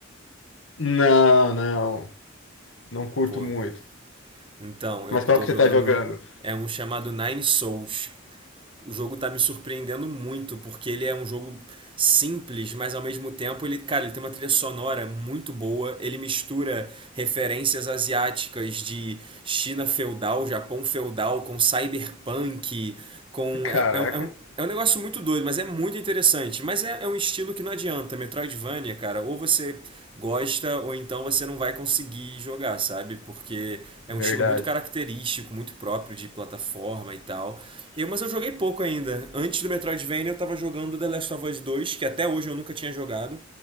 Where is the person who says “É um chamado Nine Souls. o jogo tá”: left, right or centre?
Right